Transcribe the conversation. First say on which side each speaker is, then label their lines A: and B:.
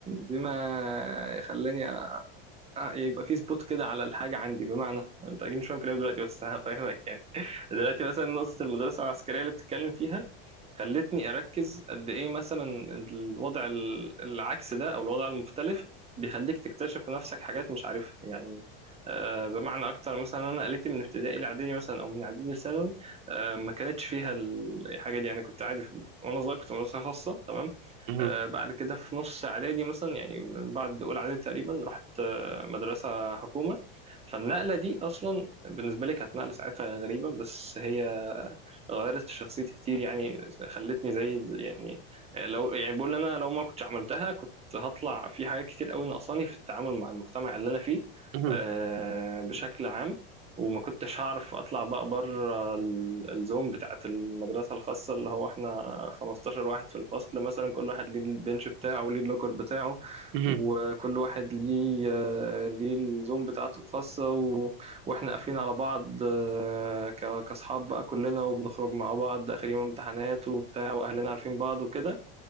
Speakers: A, on the right; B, on the right.
A: بما خلاني آه، يبقى في سبوت كده على الحاجة عندي بمعنى انت اكيد مش فاهم كلامي دلوقتي بس هفهمك يعني <laughs> دلوقتي مثلا نقطة المدرسة العسكرية اللي بتتكلم فيها خلتني اركز قد ايه مثلا الوضع ال- العكس ده او الوضع المختلف بيخليك تكتشف في نفسك حاجات مش عارفها يعني آه، بمعنى اكتر مثلا انا قلتي من ابتدائي لاعدادي مثلا او من اعدادي لثانوي آه، ما كانتش فيها ال- الحاجه دي يعني كنت عادي في- وانا صغير كنت في مدرسه خاصه تمام
B: مهم،
A: آه، بعد كده في نص اعدادي مثلا يعني من بعد اولى اعدادي تقريبا رحت مدرسة حكومة فالنقلة دي أصلا بالنسبة لي كانت نقلة ساعتها غريبة بس هي غيرت في شخصيتي كتير يعني خلتني زي يعني لو يعني بقول أنا لو ما كنتش عملتها كنت هطلع في حاجات كتير قوي ناقصاني في التعامل مع المجتمع اللي أنا فيه
B: مهم،
A: آه، بشكل عام وما كنتش هعرف اطلع بقى بره ال- الزوم بتاعت المدرسه الخاصه اللي هو احنا 15 واحد في الفصل مثلا كل واحد ليه البنش بتاعه وليه اللوكر بتاعه
B: مهم،
A: وكل واحد ليه آه، ليه الزوم بتاعته الخاصة و... واحنا قافلين على بعض آه، ك- كأصحاب بقى كلنا وبنخرج مع بعض آخر يوم امتحانات وبتاع وأهلنا عارفين بعض وكده